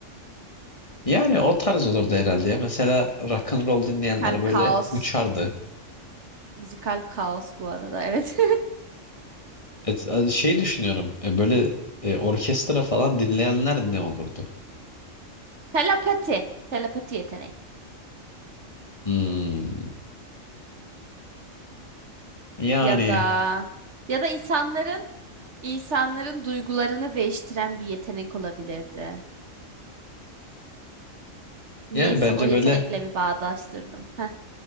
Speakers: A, on the left; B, on the right.
A: yani o tarz olurdu herhalde. ya. Mesela rock and roll dinleyenler
B: Müzikal
A: böyle
B: kaos.
A: uçardı.
B: Müzikal kaos bu arada. Evet.
A: Et, şey düşünüyorum. e, böyle e, orkestra falan dinleyenler ne olurdu?
B: <laughs> Telepati. Telepati yeteneği.
A: Hmm, yani
B: Ya da ya da insanların insanların duygularını değiştiren bir yetenek olabilirdi. Niyeyse
A: yani bence
B: o yetenekle
A: böyle
B: bir bağdaştırdım. Heh.